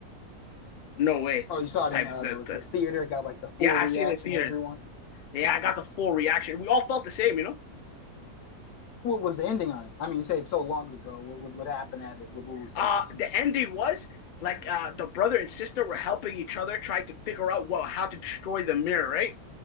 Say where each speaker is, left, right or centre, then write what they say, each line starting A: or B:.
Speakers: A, on the left (about 65°); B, on the left (about 80°).
A: no way,
B: Oh, you saw it
A: type.
B: in uh,
A: The,
B: the like
A: the
B: the theater. Got like the full
A: yeah,
B: reaction.
A: I seen it in theaters.
B: Everyone.
A: Yeah, I got the full reaction. We all felt the same, you know.
B: What was the ending on it? I mean, you say it's so long ago. What what, what happened at it? What, what was
A: Uh
B: like the ending?
A: the ending was like uh the brother and sister were helping each other trying to figure out what how to destroy the mirror, right?